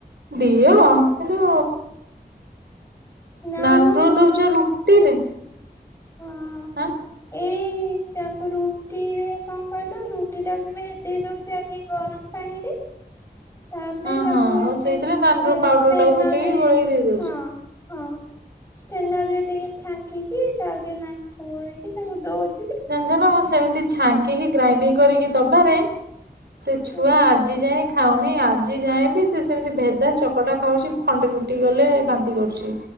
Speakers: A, on the right; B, on the left.
A: ଦିଅ କିନ୍ତୁ
B: ନା
A: ନାନୋଗ୍ରୋ
B: ମ ମୁଁ
A: ଦୋଉଚ
B: ଦଉନଥିଲି।
A: ରୁଟିରେ।
B: ହଁ।
A: ହଁ।
B: ଏଇ ତାକୁ ରୁଟି ରେ କଣ କ ରୁ ରୁଟି ଟାକୁ ବି ଦେଇେଇ ଦଉଛି ଆଗ ଗରମ ପାଣି ରେ। ତାପରେ
A: ହଁ
B: ତାକୁ
A: ହଁ
B: ଏବେ
A: ଆଉ ସେଇଥିରେ ନାନଗ୍ରୋ
B: ସେ
A: ପାଉଡର
B: ସ୍ପେନରେ
A: ଟାକୁ ପକେଇକି ଗୋଳେଇକି ଦେଇ ଦଉଛି।
B: ହଁ। ହଁ ଷ୍ଟେନରେ ଟିକେ ଛାଙ୍କିକି ତାପରେ <unintelligible> ଗୋଳେଇକ ତାଙ୍କୁ ଦଉ
A: ଜାଣିଛନା ମୁଁ ସେମିତି ଛାଙ୍କିକି ଗ୍ରାଇଣ୍ଡିଙ୍ଗ କରିକି ଦବାରେ ସେ ଛୁଆ
B: ହଁ
A: ଆଜି ଯାଏ ଖାଉନି ଆଜି ଯାଏଁ ବି ସେ ସେମିତି ଭେଦା ଚକଟା ଖାଉଛି ଖଣ୍ଡେ ରୁଟି ଗଲେ ବାନ୍ତି କରୁଛି।